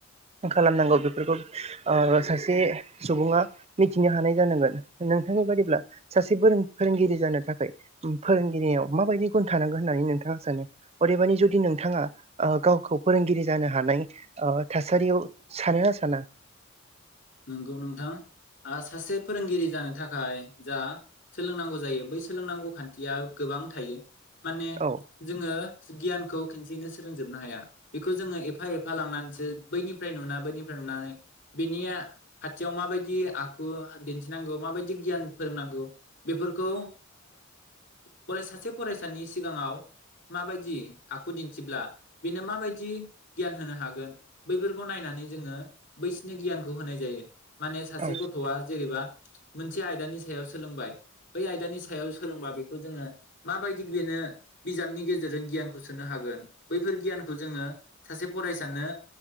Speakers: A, on the right (about 30°); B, on the left (about 60°).
A: खालामनांगौ बेफोरखौ सासे सुबुङा मिथिनो हानाय जानांगोन नोंथांनि बादिब्ला सासे फोरोंगिरि जानो थाखाय फोरोंगिरियाव माबायदि गुन थानांगोन होननानै नोंथाङा सानो अदेबानि जुदि नोंथाङा गावखौ फोरोंगिरि जानो हानाय ओ थासारियाव सानोना साना
B: नंगौ नोंथां ओ सासे फोरोंगिरि जानो थाखाय जा सोलोंनांगौ जायो बै सोलोंनांगौ खान्थिया गोबां थायो । माने
A: औ
B: जोङो गियानखौ खनसेयैनो सोलोंजोबनो हाया बेखौ जोङो एफा एफा लांनानै सो बैनिफ्राय नुना बैनिफ्राय नुनानै बिनिया खाथियाव माबायदि आखु दिन्थिनांगौ माबायदि गियान फोरोंनांगौ बेफोरखौ ओ फराय सासे फरायसानि सिगाङाव माबायदि आखु दिन्थिब्ला बेनो माबायदि गियान होनो हागोन बैफोरखौ नायनानै जोङो बैसिनि गियानखौ होनाय ज जायो माने सासे
A: औ
B: गथआ जेरैबा मोनसे आयदानि सायाव सोलोंबाय बै आयदानि सायाव सोलोंबा बेखौ जोङो माबायदि बेनो बिजाबनि गेजेरजों गियानखौ सोनो हागोन बैफोर गियानखौ जोङो सासे फरायसानो